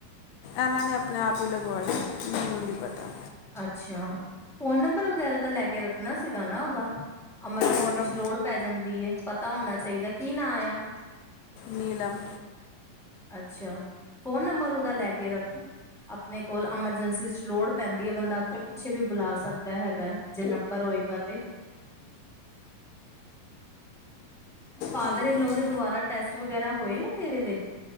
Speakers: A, on the left; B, in the centre.
A: ਏਨਾਂ ਨੇ ਅਪਨੇ ਆਪ ਈ, ਲਗਵਾ ਈ ਮੈਨੂੰ ਨੀ ਪਤਾ।
B: ਅੱਛਾ, ਫੋਨ ਨੰਬਰ ਵਗੈਰਾ ਤਾਂ ਲੈ ਕੇ ਰੱਖਣਾ ਸੀਗਾ ਨਾ ਓਦਾਂ। ਅਮਰਜੰਸੀ
A: ਹੁਣ
B: ਚ ਲੋੜ ਪੈ ਜਾਂਦੀ ਏ, ਪਤਾ ਹੋਨਾ ਚਾਈਦਾ ਕੀ ਨਾਂ ਯਾ।
A: ਨੀਲਮ
B: ਅੱਛਾ, ਫੋਨ ਨੰਬਰ ਓਦਾ ਲੈ ਕੇ ਰੱਖ। ਅਪਨੇ ਕੋਲ ਅਮਰਜੰਸੀ ਚ ਲੋੜ ਪੈਂਦੀ ਏ ਬੰਦਾ ਅੱਗੇ-ਪਿੱਛੇ ਵੀ ਬੁਲਾ ਸਕਦਾ ਹੈਗੈ ਐ। ਜੇ ਨੰਬਰ ਹੋਏਗਾ ਤੇ? ਫਾਦਰ
A: ਠੀਕ
B: ਇਨਲੋ
A: ਹੈ
B: ਦੇ ਦੋਬਾਰਾ ਟੈਸਟ ਵਗੈਰਾ ਹੋਏ ਨੇ ਤੇਰੇ ਦੇ?